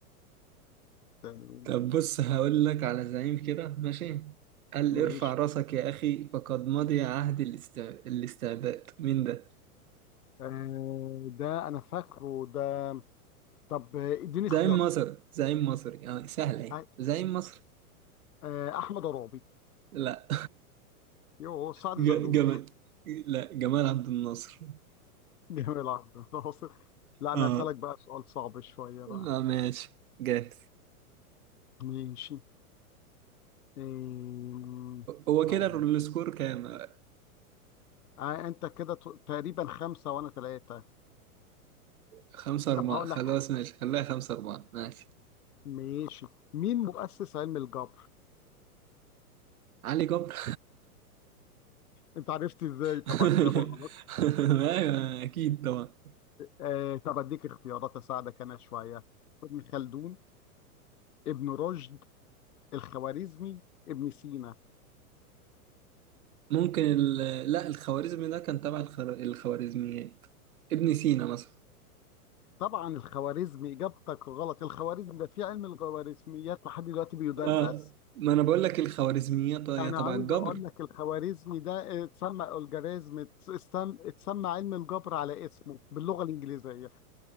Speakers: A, on the left (about 75°); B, on the right (about 70°).
A: تمام
B: طب بص هقول لك على زعيم كده ماشي قال
A: ماشي
B: ارفع راسك يا أخي فقد مضي عهد الاست- الاستعباد مين ده؟
A: آه، ده أنا فاكره ده طب آه، اديني
B: زعيم
A: اختيارات
B: مصر زعيم مصري اه سهل ايه
A: آه،
B: زعيم مصر
A: آه، احمد عرابي
B: لا <laughs>
A: يوه سعد
B: ج-
A: زغلول
B: جمال لا جمال عبد الناصر
A: <laughs> جميل عبد الناصر لا انا
B: اه
A: هسألك بقى سؤال صعب شوية بقى
B: اه ماشي جاهز
A: ماشي آم،
B: هو كده
A: هقول
B: السكور
A: لك
B: كام؟
A: آه، انت كده ت- تقريبا خمسة وانا ثلاثة
B: خمسة أربعة
A: طب هقول
B: خلاص
A: لك
B: ماشي خليها خمسة أربعة ماشي
A: ماشي مين مؤسس علم الجبر
B: علي جبر
A: انت عرفت ازاي طبعا
B: <laughs>
A: اجابة غلط
B: ايوه اكيد طبعا
A: آه، طب اديك اختيارات اساعدك انا شوية ابن خلدون ابن رشد الخوارزمي ابن سينا
B: ممكن ال... لا الخوارزمي ده كان تبع الخر... الخوارزميات ابن سينا مثلا
A: طبعا الخوارزمي اجابتك غلط الخوارزمي ده في علم الخوارزميات لحد دلوقتي بيدرس
B: اه ما انا بقول لك الخوارزميات هي
A: انا
B: تبع
A: عاوز
B: الجبر
A: اقول لك الخوارزمي ده اتسمى الجوريزم اتسمى اتسمى علم الجبر على اسمه باللغه الانجليزيه